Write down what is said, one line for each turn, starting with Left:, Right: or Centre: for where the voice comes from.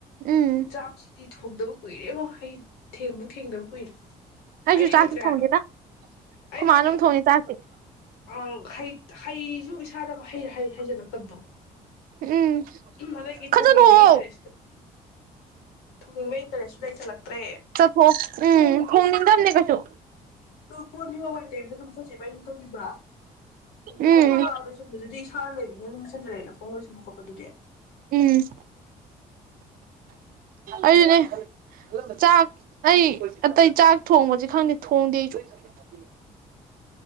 Right: ꯎꯝ
Left: ꯆꯥꯛꯁꯤꯗꯤ ꯊꯣꯡꯗꯕ ꯀꯨꯏꯔꯦꯉꯣ ꯑꯩ ꯊꯦꯡꯕꯨ ꯊꯦꯡꯗꯕ ꯀꯨꯏꯔꯦ
Right: ꯑꯩꯁꯨ
Left: ꯑꯩ
Right: ꯆꯥꯛꯇꯤ
Left: ꯍꯩꯇ꯭ꯔꯦ
Right: ꯊꯣꯡꯗꯦꯗ
Left: ꯍꯥꯏꯕ ꯑꯩ
Right: ꯈꯣꯏꯃꯥꯅ
Left: ꯍꯥꯏꯗꯤ
Right: ꯑꯗꯨꯝ ꯊꯣꯡꯉꯦ ꯆꯥꯛꯇꯤ
Left: ꯑ ꯍꯩ <unintelligible> ꯏꯁꯥꯗ ꯍꯩ- ꯍꯩ ꯍꯩꯖꯤꯜꯂꯛꯇꯕꯗꯣ
Right: ꯎꯝ
Left: ꯑꯗꯒꯤ
Right: ꯈꯖꯗꯣꯛꯑꯣ
Left: ꯊꯣꯡꯅꯤꯡꯕꯒꯤ ꯏꯟꯇꯔꯦꯁ ꯊꯣꯡꯅꯤꯡꯕꯒꯤ ꯏꯟꯇꯔꯦꯁꯗ ꯂꯩ ꯆꯜꯂꯛꯇ꯭ꯔꯦ
Right: ꯆꯠꯊꯣꯛ ꯎꯝ ꯊꯣꯡꯅꯤꯡꯗꯕꯅꯦ ꯀꯩꯁꯨ
Left: ꯀꯣꯟ ꯉꯉꯥꯏꯇꯕ ꯅꯅ ꯃꯊꯛꯁꯦ ꯃꯝ ꯇꯧꯕꯤꯕ ꯑꯗꯨꯒ
Right: ꯎꯝ
Left: ꯀꯥꯎꯗ ꯑꯗꯨꯗꯤ ꯏꯁꯥꯅ ꯂꯩꯕꯅꯦꯅ ꯅꯅꯨꯡꯁꯟꯖꯔꯛꯏꯦ ꯐꯣꯡ ꯑꯣꯏꯣꯏꯁꯕ ꯈꯣꯠꯗꯨꯗꯤ
Right: ꯎꯝ ꯑꯗꯨꯅꯦ ꯆꯥꯛ ꯑꯩ ꯑꯇꯩ ꯆꯥꯛ ꯊꯣꯡꯕꯁꯦ ꯈꯪꯗꯦ ꯊꯣꯡꯗꯦ ꯑꯩꯁꯨ <inaudible>